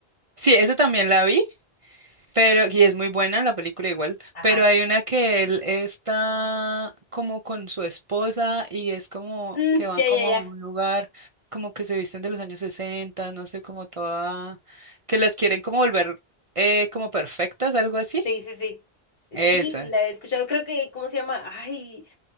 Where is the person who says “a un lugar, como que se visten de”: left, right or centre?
Right